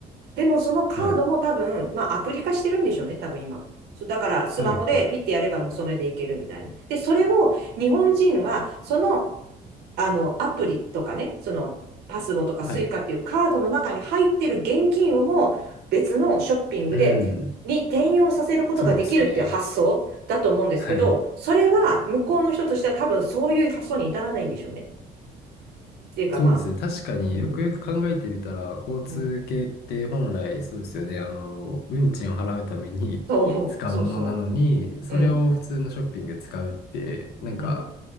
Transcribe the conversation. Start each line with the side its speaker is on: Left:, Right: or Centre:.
Right: でもそのカードも多分、
Left: はい。
Right: まあアプリ化してるんでしょうね、多分今。そうだからスマホでピッてやればもうそれでいけるみたいな。
Left: はい、はい。
Right: で、それを日本人はそのあの、アプリとかね、その、パスモとかスイカっていうカードの中に入ってる現金をも別のショッピングで、
Left: はい。うん。
Right: に転用させることができるっていう発想だと思うんですけど、
Left: そうですね。はい。
Right: それは向こうの人としては多分そういう発想に至らないんでしょうね。っていうかまあ、
Left: そうですね。確かによくよく考えてみたら、
Right: うん、
Left: 交通系って本来そうですよね。
Right: うん、
Left: あの、運賃を払うために
Right: そう、
Left: <laughs> 使うものなのに、
Right: そうそ
Left: それを普通のショッピングで使うって、
Right: う、うん、
Left: なんか
Right: うん、